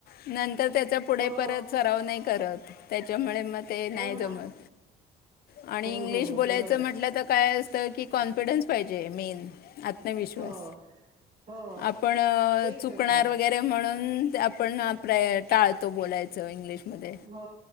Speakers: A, on the left; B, on the right.
A: नंतर त्याचा पुढे
B: हो
A: परत सराव नाही करत त्याच्यामुळे मग ते नाही
B: हो ना
A: जमत आणि.
B: हो
A: इंग्लिश
B: हो हो
A: बोलायच
B: बरोबर
A: म्हटल तर काय की कॉन्फिडंन्स पाहिजे मेन आत्मविश्वास.
B: हो हो
A: आपण
B: तेच
A: चुकणार
B: होत
A: वगैरे वगैरे म्हणून आपण टाळतो बोलायच इंग्लिशमध्ये.
B: हो